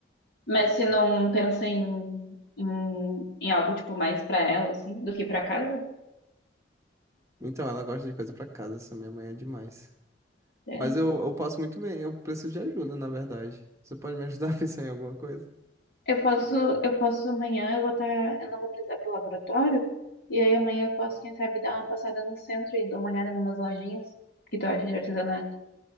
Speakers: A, on the left; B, on the right.
A: Mas você não pensa em, em, em algo, tipo, mais pra ela, assim, do que pra casa?
B: Então, ela gosta de coisa pra casa, essa minha mãe é demais.
A: É.
B: Mas eu, eu passo muito bem, eu preciso de ajuda, na verdade. Você pode me ajudar <laughs> a pensar em alguma coisa?
A: Eu posso, eu posso amanhã, eu vou estar, eu não vou precisar ir pro laboratório, e aí amanhã eu posso, quem sabe, dar uma passada no centro e dar uma olhada em umas lojinhas que tu acha de artesanato.